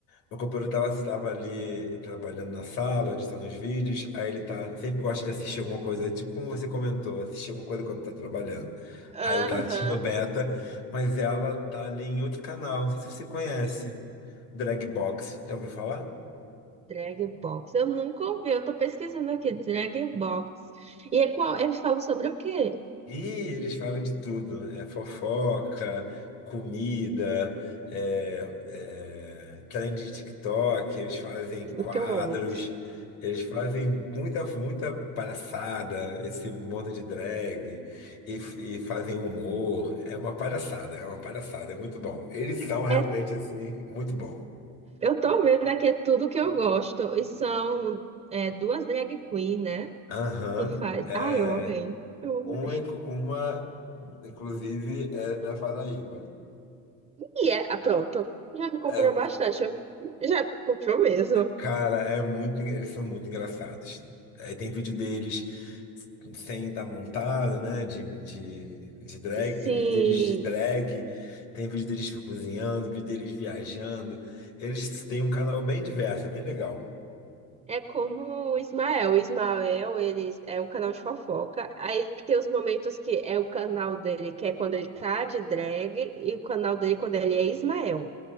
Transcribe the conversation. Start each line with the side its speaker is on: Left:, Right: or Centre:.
Left: meu companheiro tava, tava ali trabalhando na sala, editando os vídeos. Aí ele tá, sempre gosta de assistir alguma coisa, tipo como você comentou, assistir alguma coisa quando tá trabalhando.
Right: Aham.
Left: Aí ele tá assistindo Beta, mas ela tá ali em outro canal, não sei se você conhece. Drag Box, já ouviu falar?
Right: Drag Box. Eu nunca ouvi, eu tô pesquisando aqui, Drag Box. E é qual? É, fala sobre o quê?
Left: E eles falam de tudo, é fofoca, comida, é, é, trend de TikTok, eles fazem
Right: Tudo
Left: quadros,
Right: que eu amo.
Left: eles fazem muita, muita palhaçada, esse monte de drag, e, e fazem humor. É uma palhaçada, é uma palhaçada, é muito bom. Eles são realmente,
Right: É,
Left: assim, muito bom.
Right: eu tô vendo aqui, é tudo que eu gosto. E são é, duas drag queen, né?
Left: Aham.
Right: Que faz.
Left: É,
Right: Ah, eu amei. Eu amei.
Left: uma, uma, inclusive, é da Paraíba.
Right: E é, ah, pronto. Já me comprou
Left: É,
Right: bastante. Já me comprou mesmo.
Left: Cara, é muito, en- eles são muito engraçados. Aí tem vídeo deles sem estar montado, né? De, de, de drag,
Right: Sim,
Left: tem vídeo deles de drag, tem vídeo deles cozinhando, vídeo deles viajando. Eles têm um canal bem diverso, é bem legal.
Right: é como o Ismael. O Ismael, ele é um canal de fofoca. Aí tem os momentos que é o canal dele, que é quando ele tá de drag, e o canal dele quando ele é Ismael,